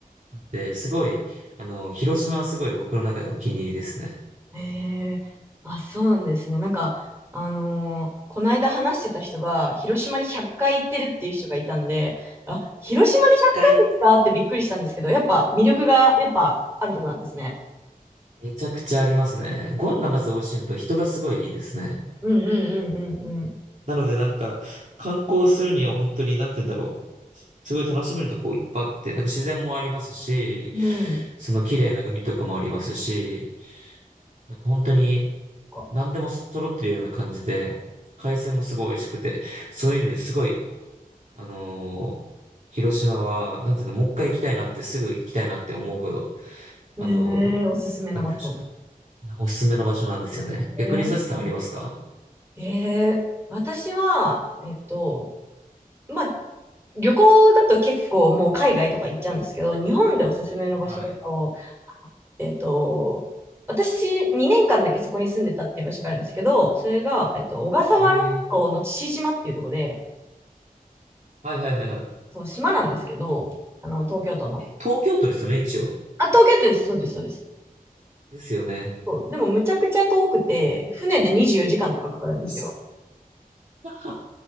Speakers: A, on the right (about 55°); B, on the right (about 15°).
A: で、すごい、あの、広島はすごい僕の中でお気に入りですね。
B: ええあ、そうなんですね。なんか、あのーこの間話してた人が、広島に100回行ってるっていう人がいたんで、あ、広島に100回ですかってびっくりしたんですけど、
A: 回
B: やっぱ魅力が、やっぱあるとこなんですね。
A: めちゃくちゃありますね。ご飯がまず美味しいのと人がすごいいいですね。
B: うんうん
A: なのでなんか、観光するには本当に、なんて言うんだろう。すごい楽しめるとこいっぱいあって、なんか自然もありますし、
B: うんうんうん。うん。
A: その綺麗な海とかもありますし、なんか本当に
B: そっか
A: 何でも揃ってるような感じで、海鮮もすごい美味しくて、そういう意味ですごい、あのー広島は、なんていうの、もう一回行きたいなって、すぐ行きたいなって思うほど、あの
B: ええおすすめの場所。
A: ーなんていうんですかねおすすめの場所なんですよね。
B: え
A: 逆にサチさんありますか
B: ええー私は、えっと、まあ、旅行だと結構もう海外とか行っちゃうんですけど、日本でおすすめの場所だと、
A: はい。
B: えっと、私、2年間だけそこに住んでたっていう場所があるんですけど、それが、えっと、小笠原諸島の父島っていうところで、
A: えー、はいはいはいはい。
B: そう、島なんですけど、あの、東京都の。
A: え、東京都ですよね、一応。
B: あ、東京都です。そうです、そうです。
A: ですよね。
B: そう。でも、むちゃくちゃ遠くて、船で24時間とかかかるんですよ。
A: そ <laughs>